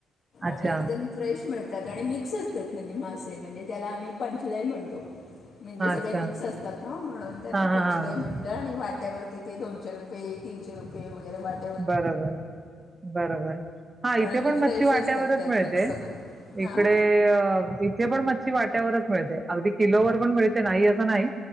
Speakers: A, on the right; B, on the left.
A: अच्छा
B: आणि एकदम फ्रेश मिळतात आणि मिक्स असतात म्हणजे मासे म्हणजे त्याला आम्ही पंचलई म्हणतो. म्हणजे सगळे
A: अच्छा
B: मिक्स असतात ना म्हणून त्यांना
A: हां
B: पंचलय
A: हां हां हां
B: म्हणतो आणि वाट्यावरती ते दोनशे रुपये तीनशे रुपये वगैरे वाट
A: बरोबर बरोबर. हां इथे
B: आणि
A: पण
B: फ्रेश
A: मच्छी वाट्यावरच
B: असतात त्यात
A: मिळते
B: मिक्स सगळे हां
A: इकडे ते पण मच्छी वाट्यावरच मिळते अगदी किलोवर पण मिळते नाही असं नाही.